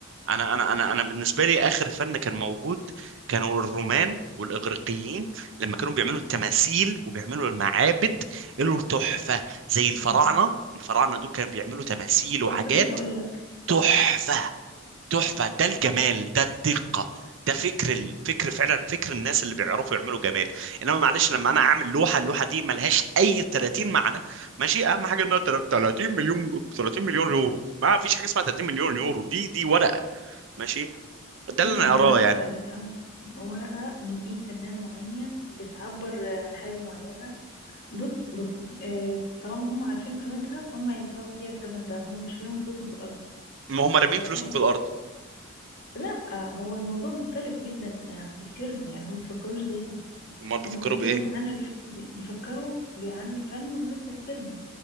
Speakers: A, on the right; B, on the left.
A: انا انا انا انا بالنسبه لي اخر فن كان موجود كانوا الرومان والاغريقيين لما كانوا بيعملوا التماثيل وبيعملوا المعابد له تحفه زي الفراعنه
B: امم
A: الفراعنه دول كانوا بيعملوا تماثيل وحاجات
B: لسه كنت هقول لك
A: تحفه تحفه ده الجمال ده الدقه ده فكر الفكر فعلا فكر الناس اللي بيعرفوا يعملوا جمال انما معلش لما انا اعمل لوحه اللوحه دي ملهاش اي 30 معنى ماشي اهم حاجه انها 30 مليون 30 مليون يورو ما فيش حاجه اسمها 30 مليون يورو دي دي ورقه ماشي ده
B: طيب
A: اللي انا
B: ما هي
A: اراه
B: ورقة
A: يعني
B: بتع... بتعب ورقة من ايد فنان معين بتعبر عن حاجة معينة بص بص آه، طالما هم عارفين قيمتها فهم هيدفعوا فيها الثمن ده هم مش هيرموا فلوسهم في الأرض
A: ما هم رامين
B: فاهم
A: فلوسهم في الارض
B: لا آه، هو الموضوع مختلف جدا عن تفكيرنا يعني هم مبيفكروش زينا
A: امال بيفكروا
B: هم تفكيرهم
A: بايه
B: عن الف... بيفكروا ب- عن الفن غير تفكيرنا